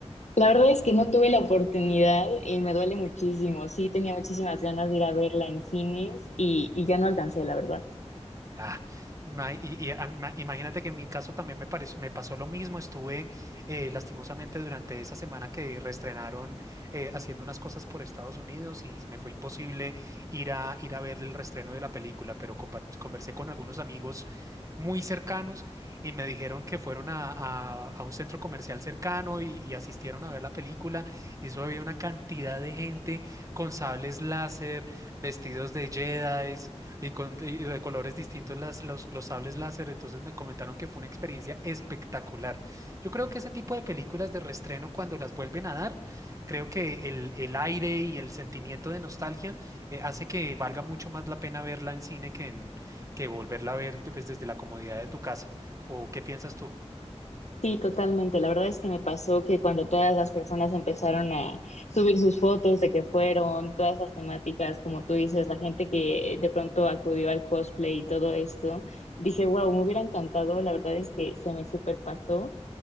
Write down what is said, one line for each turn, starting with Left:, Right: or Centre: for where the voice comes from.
Left: La verdad es que no tuve la oportunidad y me duele muchísimo. Sí, tenía muchísimas ganas de ir a verla en cines y, y ya no alcancé, la verdad.
Right: Ah, ima- y, y a- ma- imagínate que en mi caso también me pareció, me pasó lo mismo. Estuve eh, lastimosamente durante esa semana que reestrenaron eh, haciendo unas cosas por Estados Unidos y me fue imposible ir a ir a ver el reestreno de la película, pero compar- conversé con algunos amigos muy cercanos y me dijeron que fueron a, a- a un centro comercial cercano y, y asistieron a ver la película. Y eso había una cantidad de gente con sables láser, vestidos de Jedi y con y de colores distintos las, los, los sables láser, entonces me comentaron que fue una experiencia espectacular. Yo creo que ese tipo de películas de reestreno, cuando las vuelven a dar, creo que el, el aire y el sentimiento de nostalgia eh, hace que valga mucho más la pena verla en cine que, en, que volverla a ver pues, desde la comodidad de tu casa. ¿O qué piensas tú?
Left: Sí, totalmente. La verdad es que me pasó que cuando todas las personas empezaron a subir sus fotos de que fueron, todas las temáticas, como tú dices, la gente que de pronto acudió al cosplay y todo esto, dije, wow, me hubiera encantado. La verdad es que se me superpasó.